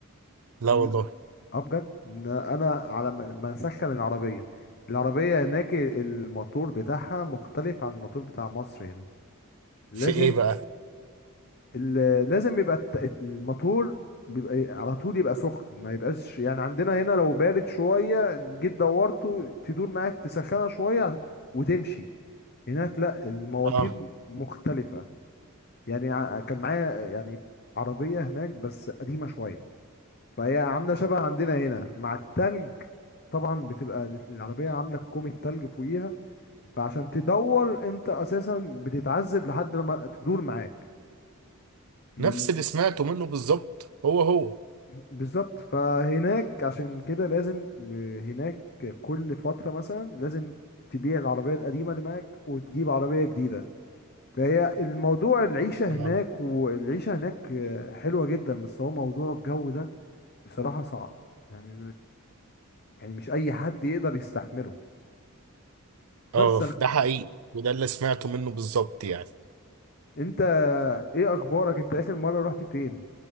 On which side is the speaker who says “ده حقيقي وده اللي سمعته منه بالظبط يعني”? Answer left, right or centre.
Right